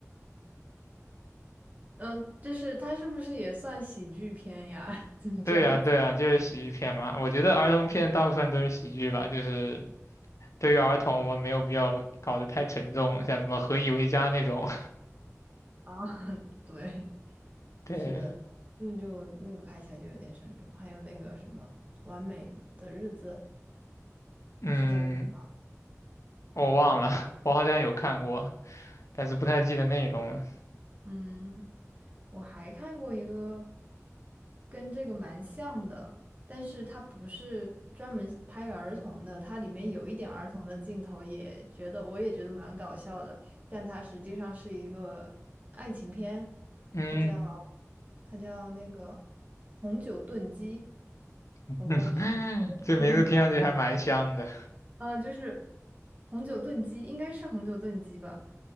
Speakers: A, on the right; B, on the left.
A: 嗯，就是他是不是也算喜剧片呀？<laughs>
B: <laughs>
A: 你这样子
B: 对呀，对呀，就是喜剧片嘛。我觉得儿童片大部分都是喜剧吧，就是对于儿童，我们没有必要搞得太沉重，像什么《何以为家》那种。
A: 啊，<laughs> 对，
B: <laughs> 对，
A: 是的，那就那个拍起来就有点沉重。还有那个什么《完美的日子》，
B: 嗯。
A: 是叫这个吗？
B: 我忘了，
A: 还是什么？
B: <laughs> 我好像有看过，但是不太记得内容了。
A: 嗯，我还看过一个跟这个蛮像的，但是它不是专门拍儿童的，它里面有一点儿童的镜头，也觉得我也觉得蛮搞笑的，但它实际上是一个爱情片，
B: 嗯，
A: 它叫它叫那个《红酒炖鸡》，
B: <laughs>
A: 我不知道是 <laughs>
B: 这名字听上去还蛮香的。
A: 这名字呃，就是红酒炖鸡，应该是红酒炖鸡吧？